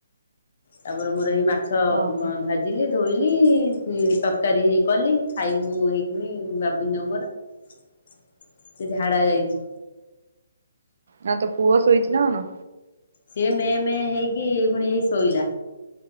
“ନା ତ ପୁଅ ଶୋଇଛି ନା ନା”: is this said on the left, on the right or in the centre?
Right